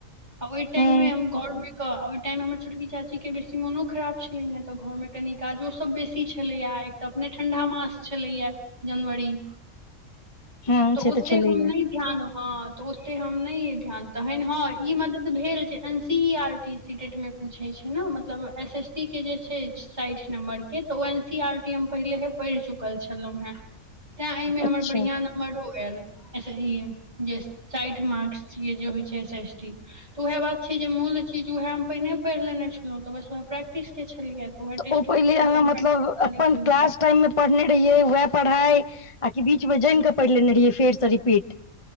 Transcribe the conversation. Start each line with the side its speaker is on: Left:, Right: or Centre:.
Right: आ ओहि टाइम
Left: हँ
Right: मे हम घर मे केऽ ओहि टाइममे हमर छोटकी चाचीके बेसी मोनो खराब छलनि हेँ तऽ घरमे कनी काजो सभ बेसी छलैए एकटा अपने ठंडा मास छलैया जनवरी
Left: हँ
Right: तऽ
Left: से
Right: ओते
Left: छलैया
Right: हम नहि ध्यान हँ तऽ ओते हम नहि ये ध्यान तखन हँ ई मदद भेल छै N C E R T CTET मे पूछै छै ने मतलब एस एसटी के जे छै साठि नम्बर के तऽ ओ N C R T M पहिले पढ़ चुकल छलहु हे तें एहि मे हमर
Left: अच्छा
Right: बढ़िया मरो आयल ई जे साठि मार्क्स य जे होइ छै एस एस टी तऽ उएह बात छै जे मूल चीज उएह हम पहिने पढ़ि लेने छलहुँ तऽ बस उएह प्रैक्टिस के छलियै उहा टेस्ट
Left: ओ
Right: बुक्स
Left: पहिले अहाँ
Right: प्रै्टिस
Left: मतलब अपन क्लास टाइम में पढ़ने रहियै वएह पढ़ाई आ बीच मे जमिके पढ़ि लेने रहियै फेर से रिपीट